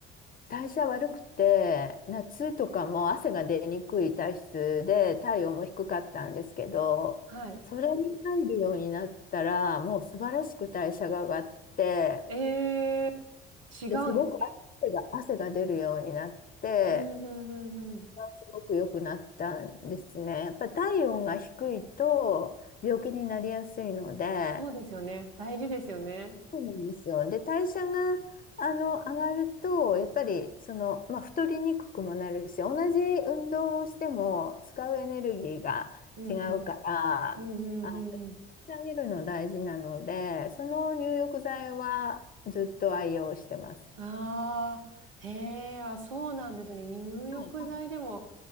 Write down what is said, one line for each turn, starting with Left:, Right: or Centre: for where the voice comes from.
Left: 代謝悪くて、夏とかも汗が出にくい体質で、体温も低かったんですけど、
Right: はい。
Left: それに入るようになったら、もう素晴らしく代謝が上がって、
Right: ええ違うんです。
Left: で、すごく汗が、汗が出るようになって、
Right: うん、うん、うん、うん。
Left: すごく良くなったんですね。やっぱ体温が低いと病気になりやすいので、
Right: そうですよね。大事ですよね。
Left: そうなんですよ。で、代謝があの上がると、やっぱりその、まあ、太りにくくもなるし、同じ運動をしても使うエネルギーが違うから、
Right: うん、うん、うん、うんうんうん
Left: あの、上げるの大事なので、その入浴剤はずっと愛用してます。
Right: ああ、へえ、あ、そうなんですね。入浴剤でも、
Left: はい、はい。